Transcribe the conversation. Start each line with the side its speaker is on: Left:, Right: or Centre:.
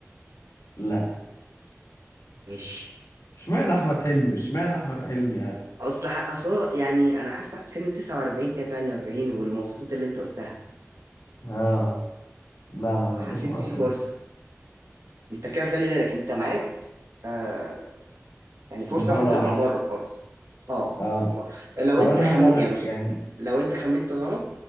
Left: لا
Right: ماشي
Left: اشمعنى احمد حلمي اشمعنى احمد حلمي يعني
Right: اصل ح- اصل هو يعني انا حاسس إن احمد حلمي 49 كده 48 والمواصفات اللي انت قلتها
Left: اه لا لا
Right: فحسيت
Left: لا مش احمد
Right: في فرصه
Left: حلمي
Right: انت كده خلي بالك انت معاك آه يعني فرصه
Left: محاولة
Right: واحده تبقى
Left: واحدة
Right: بره خالص اه
Left: اه
Right: لو
Left: طب
Right: انت
Left: انا
Right: خم
Left: هسألك
Right: يعني بص
Left: يعني
Right: لو انت خمنت غلط